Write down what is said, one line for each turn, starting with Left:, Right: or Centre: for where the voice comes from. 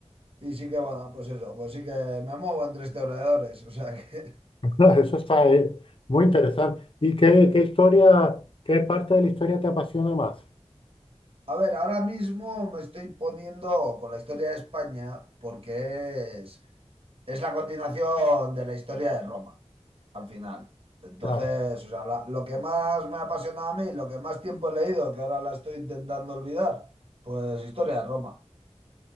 Right: y sí que, bueno, pues eso, pues sí que me muevo entre historiadores, o sea que... <laughs>
Left: <laughs> Eso está eh, muy interesante. ¿Y qué, qué historia, qué parte de la historia te apasiona más?
Right: A ver, ahora mismo me estoy poniendo con la historia de España porque es, es la continuación de la historia de Roma. al final. Entonces,
Left: Claro,
Right: o sea, la- lo que más me ha apasionado a mí, lo que más tiempo he leído, que ahora la estoy intentando olvidar, pues historia de Roma.